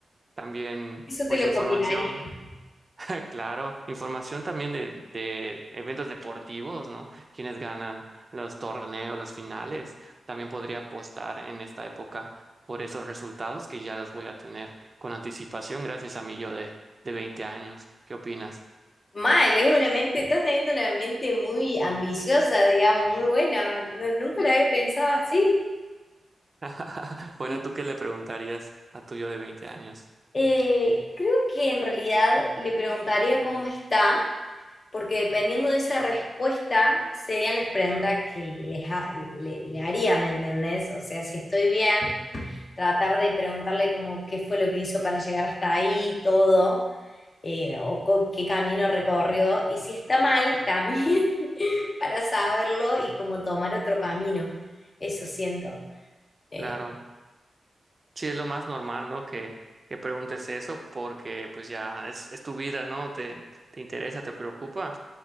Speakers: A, on the right (about 35°); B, on the left (about 40°).
A: También
B: Eso
A: pues
B: te lo
A: información,
B: copiaría.
A: <laughs> claro, información también de, de eventos deportivos, ¿no? Quienes ganan los torneos, las finales. También podría apostar en esta época por esos resultados que ya los voy a tener con anticipación gracias a mi yo de, de 20 años. ¿Qué opinas?
B: Mal, es una mente, estás teniendo una mente muy ambiciosa, digamos, muy buena. No- nunca la había pensado así.
A: <laughs> Bueno,
B: Sí.
A: ¿tú qué le preguntarías a tu yo de 20 años?
B: Eh, creo que en realidad le preguntaría cómo está, porque dependiendo de esa respuesta serían las preguntas que les ha- le, le haría, ¿me entendés? O sea, si estoy bien, tratar de preguntarle como qué fue lo que hizo para llegar hasta ahí, todo. eh, o con qué camino recorrió y si está mal también <laughs> para saberlo y como tomar otro camino. Eso siento. Eh,
A: Claro. Sí, es lo más normal, ¿no? Que, que preguntes eso porque pues ya es, es tu vida, ¿no? Te, te interesa, te preocupa.